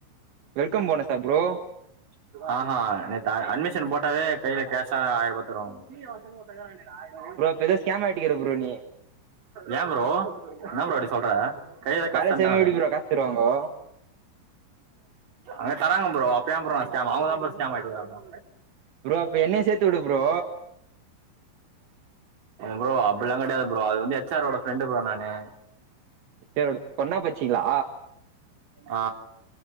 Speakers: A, on the right (about 75°); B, on the right (about 50°).
A: வெல்கம் போனஸா ப்ரோ
B: ஆ ஹ நேத்து அட்மிஷன் போட்டாவே கையில கேஷ ஆயிரூபா தருவாங்க <unintelligible>
A: ப்ரோ பெரிய ஸ்கேம் ஆட்யிக்கிற ப்ரோ நீ
B: ஏன் ப்ரோ என்ன ப்ரோ இப்டி சொல்ற கைல தான் காசு
A: வேல
B: தண்டாங்களே
A: செய்யவே எப்டி ப்ரோ காசு தருவாங்கோ
B: அங்க தராங்க ப்ரோ அப்ப ஏன் ப்ரோ ஸ்கேம் அவங்க தான் ப்ரோ ஸ்கேம் ஆயிட்டுக்கறாங்க
A: ப்ரோ அப்ப என்ன சேத்த விடு ப்ரோ
B: ப்ரோ அப்டிலா கடையாது ப்ரோ அது வந்து எச் ஆர் ஓட ஃப்ரெண்டு ப்ரோ நானு
A: செரி விடு ஒன்னா பச்சீங்களா
B: ஹ